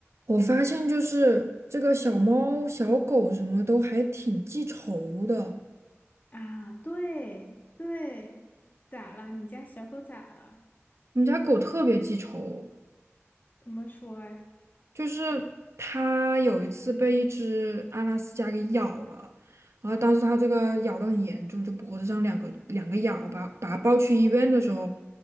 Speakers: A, on the right; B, on the left.
A: 我发现就是这个小猫、小狗什么都还挺记仇的。
B: 啊，对对，咋了？你家小狗咋了？
A: 我们家狗特别记仇，
B: 怎么说儿？
A: 就是它有一次被一只阿拉斯加给咬了，然后当时它这个咬得很严重，就脖子上两个两个咬吧，把它抱去医院的时候，